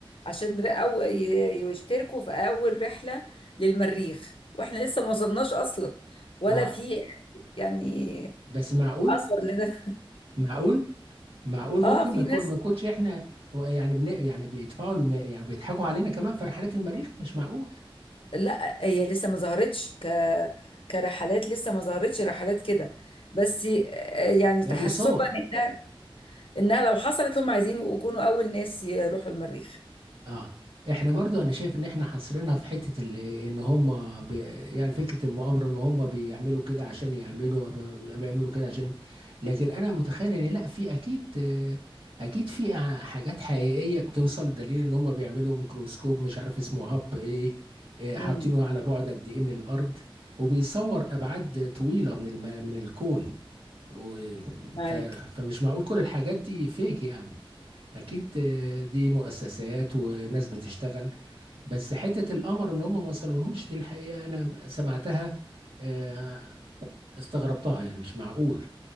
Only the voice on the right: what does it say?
اه
بس معقول
معقول معقول ممكن
ما يكون
ما يكونش احنا يعني بن... يعني بيدفعوا الم... يعني بيضحكوا علينا كمان في رحلات المريخ مش معقول
جابوا
صور
اه احنا برضو انا شايف ان احنا حاصرينها في حتة ال- ان هم بي يعني فكرة المؤامرة ان هم بيعملوا كده عشان يعملوا بي- بيعملوا كده عشان لكن انا متخيل ان لا في اكيد آه، اكيد في ع- حاجات حقيقية بتوصل دليل ان هم بيعملوا ميكروسكوب مش عارف اسمه هب ايه آه، حاطينه
على بعد قد ايه من الارض وبيصور ابعاد طويلة من الم... من الكون و...
ف... فمش معقول كل الحاجات دي فيك يعني اكيد آه، دي مؤسسات وناس بتشتغل بس حتة القمر ان هم ما وصلوهوش دي الحقيقة انا سمعتها آه، استغربتها يعني مش معقول